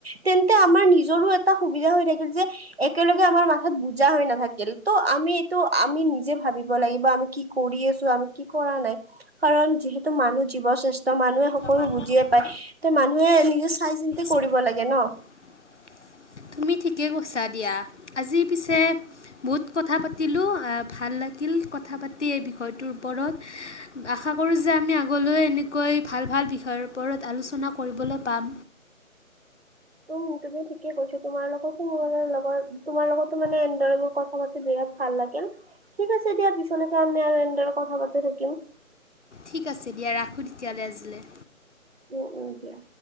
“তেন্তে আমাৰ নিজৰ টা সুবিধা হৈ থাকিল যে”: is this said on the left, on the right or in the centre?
Right